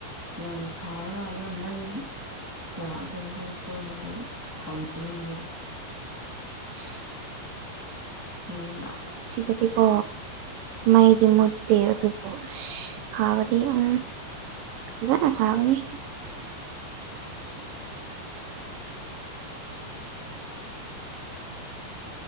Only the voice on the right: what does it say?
<inaudible>
ꯁꯤꯗꯗꯤꯀꯣ ꯃꯩꯒꯤ ꯃꯦ ꯑꯗꯨ ꯑꯣ ꯁꯕꯗꯤ ꯎꯝꯖꯅ ꯁꯥꯕꯅꯤ